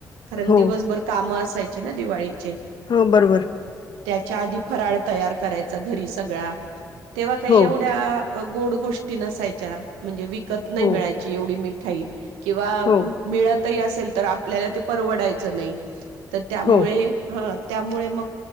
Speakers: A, on the right (about 80°); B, on the left (about 55°).
A: कारण
B: हो
A: दिवसभर कामं असायच ना दिवाळी चे
B: हो बरोबर
A: त्याच्या आधी फराळ तयार करायचा घरी सगळा तेव्हा काही
B: हो
A: एवढ्या गोड गोष्टी नसायच्या म्हणजे विक त नाही
B: हो
A: मिळायची एवढी मी ठा किंवा
B: हो
A: मिळत असेल तर आपल्याला ते परवडायच नाही तर त्यामुळे
B: हो
A: हा त्यामुळे मग